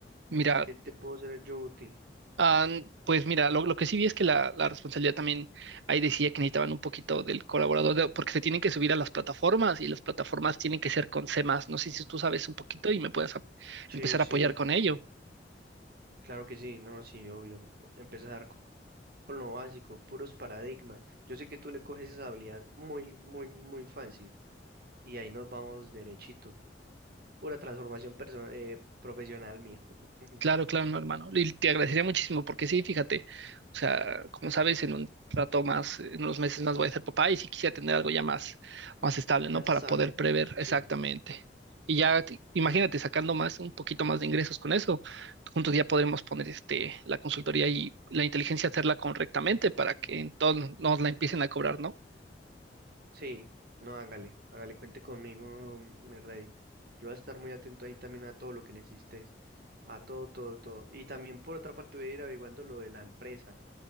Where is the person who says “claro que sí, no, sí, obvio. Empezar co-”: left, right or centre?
Right